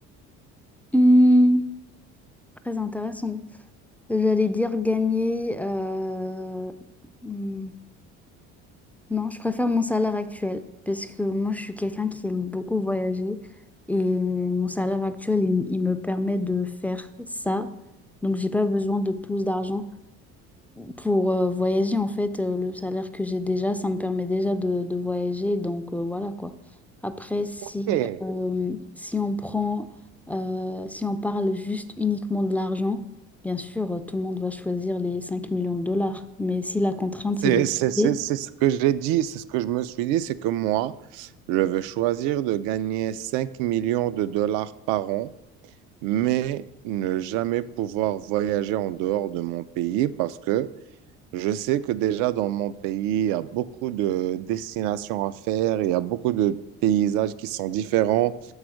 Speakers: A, in the centre; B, on the right (about 80°).
A: Hum, très intéressant. J'allais dire gagner euh, hum, Non, je préfère mon salaire actuel parce que moi, je suis quelqu'un qui aime beaucoup voyager et mon salaire actuel, il, il me permet de faire ça. Donc, j'ai pas besoin de plus d'argent pour euh, voyager. En fait, euh, le salaire que j'ai déjà, ça me permet déjà de, de voyager. Donc, euh, voilà quoi. Après, si,
B: Ok.
A: euh, si on prend, euh, si on parle juste uniquement de l'argent, bien sûr, euh, tout le monde va choisir les 5 millions de dollars. Mais si la contrainte, c'est
B: C'est
A: de
B: c'est-
A: rester.
B: c'est- c'est ce que j'ai dit, c'est ce que je me suis dit, c'est que moi, je vais choisir de gagner 5 millions de dollars par an, mais ne jamais pouvoir voyager en dehors de mon pays parce que Je sais que déjà dans mon pays, il y a beaucoup de destinations à faire, il y a beaucoup de paysages qui sont différents.